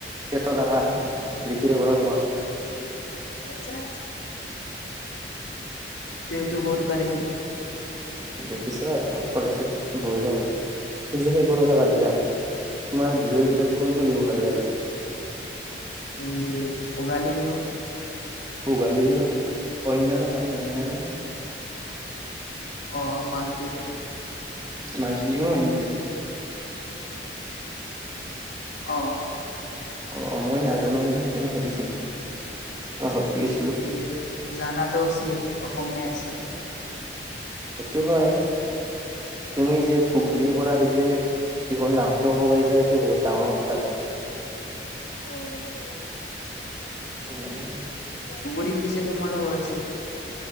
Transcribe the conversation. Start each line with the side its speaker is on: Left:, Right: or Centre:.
Right: পেটত আঁকা, দেখি থাকো নহয় তোমাক।
Left: চাইছা। এইটো ক'ত বা দেখিলা।
Right: দেখিছো আৰু কলেজত বহি থাকোতে, পিছে সেইবোৰ কথা বাদ দিয়া। তোমাৰ বিহুৰ ভিতৰত কোনটো বিহু ভাল লাগে?
Left: কি, ভোগালী বিহু।
Right: ভোগালী বিহুৰ, অন্য এটা নাম জাননে নাই?
Left: অ' মাঘ বিহু।
Right: মাঘ বিহু হয় নেকি?
Left: হয়। অহ'।
Right: অ' মই নাজানো মানে, সেইকাৰণে সুধিছিলো।
Left: আচ্চা,
Right: পাহৰি
Left: আচ্ছা,
Right: গৈছিলো
Left: এই জানাটো উচিত অসমীয়া হিচাপে।
Right: সেইটো হয়, তুমি যে ধুবুৰীৰ পৰা আহি যে, নিজৰ নামটো ক'ব পাৰিছা, এইটো বহুত ডাঙৰ কথা এটা।
Left: অহ'।
Right: অহ'।
Left: ধুবুৰীত পিছে তোমাৰো ভয় চাগে।